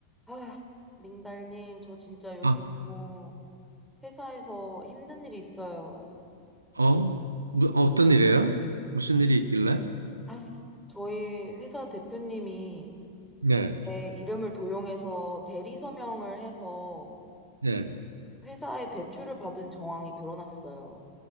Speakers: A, in the centre; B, on the right.
A: 아, 링달님, 저 진짜 요즘
B: 아,
A: 너무 회사에서 힘든 일이 있어요.
B: 어, 뭐, 어, 어떤 일이에요? 무슨 일이 있길래?
A: 아, 저희 회사 대표님이
B: 네,
A: 제 이름을 도용해서 대리 서명을 해서
B: 네.
A: 회사에 대출을 받은 정황이 드러났어요.